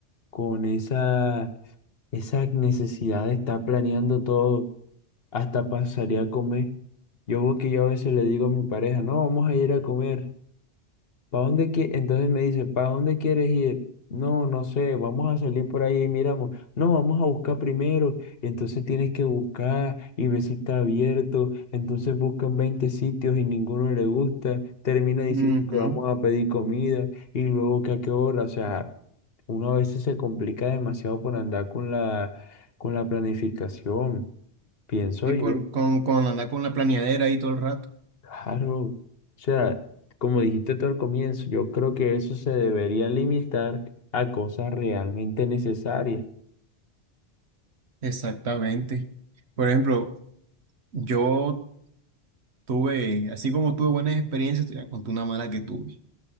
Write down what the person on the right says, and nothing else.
Ujú.
Sí,
con, con, con andar con la planeadera ahí todo el rato.
Exactamente. Por ejemplo, yo tuve, así como tuve buenas experiencias, te voy a contar una mala que tuve.